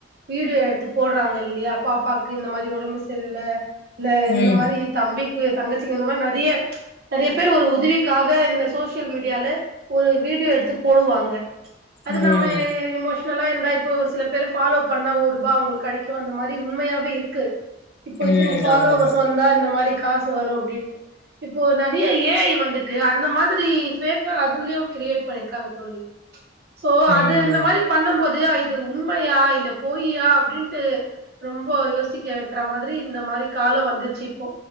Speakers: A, on the right; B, on the left.
A: வீடியோ எடுத்து போடறாங்க இல்லையா பாப்பாக்கு இந்த மாரி ஒடம்பு செரில்ல. இல்ல
B: ம்
A: இந்த மாரி தம்பிக் க்கு தங்கச்சிங்க இந்த மாரி நறைய நறைய பேரு ஒரு உதவிக்காக, இந்த சோசியல் மீடியால ஒரு வீடியோ எடுத்து போடுவாங்க. அது
B: ம்
A: நம்ம இமோஷ் னல்லா இருந்தா இப்போ ஒரு சில பேர் ஃபலோவ் பண்ணா ஒரூபா, அவுங்ளுக்கு கடைக்கு அந்த மாரி. ரி உண்மையாவே இருக்கு. இப்போ
B: ம்
A: இத்தினி ஃபாலோவர்ஸ்
B: ஆமாமா
A: வந்தா இந்த மாரி க காசு வரு அப்டின்ட்டு, இப்போ நறைய ஏ ஐ வந்துட்டு, அந்த மாதிரி ஃபேக்கா அதுலயு கிரியேட் பண்ணிருக்காங்க தோழி. சோ
B: ம்
A: அது இந்த மாரி பண்ணும்போ து இது உண்மையா, இல்ல பொய்யா அப்டின்ட்டு ரொம்போ யோசிக்க வெக்ற மாரி இந்த மாரி காலோ வந்திர்ச்சு இப்போ